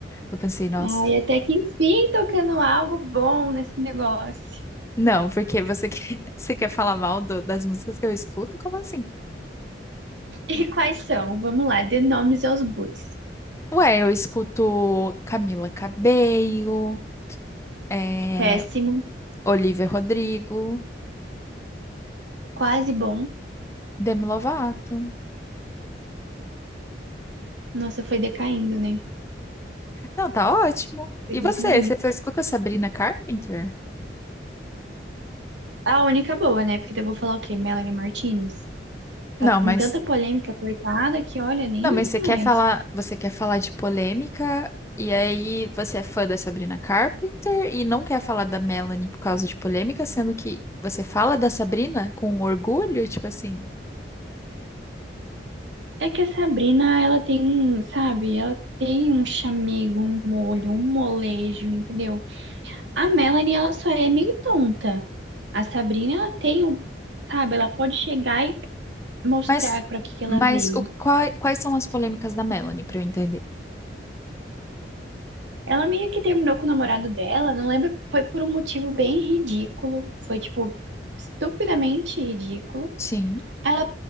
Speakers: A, on the left; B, on the right.
A: eu pensei, nossa,
B: Ai, até que enfim, tocando algo bom nesse negócio.
A: não, porque você quer, <laughs> você quer falar mal do- das músicas que eu escuto? Como assim?
B: E quais são? Vamos lá, dê nomes aos bois.
A: Ué, eu escuto Camila Cabello. é,
B: Péssimo,
A: Olivia Rodrigo,
B: quase bom.
A: Demi Lovato.
B: Nossa, foi decaindo, né?
A: Não, tá ótimo.
B: Foi
A: E
B: decaindo.
A: você? Você só escuta Sabrina Carpenter?
B: A única boa, né? Porque eu vou falar o quê? Melanie Martinez? Tá
A: Não, mas
B: em tanta polêmica, coitada, que olha, nem
A: não, mas
B: isso
A: você
B: mais.
A: quer falar, você quer falar de polêmica e aí você é fã da Sabrina Carpenter e não quer falar da Melanie por causa de polêmica, sendo que você fala da Sabrina com orgulho, tipo assim,
B: É que a Sabrina, ela tem, um, sabe, ela tem um chamego, um molho, um molejo, entendeu? A Melanie, ela só é meio tonta. A Sabrina, ela tem um, sabe, ela pode chegar e mostrar
A: Mas,
B: pra que que ela
A: mas
B: veio.
A: o, quai- quais são as polêmicas da Melanie, pra eu entender?
B: Ela meio que terminou com o namorado dela, não lembro, foi por um motivo bem ridículo, foi tipo estupidamente ridículo.
A: Sim.
B: Ela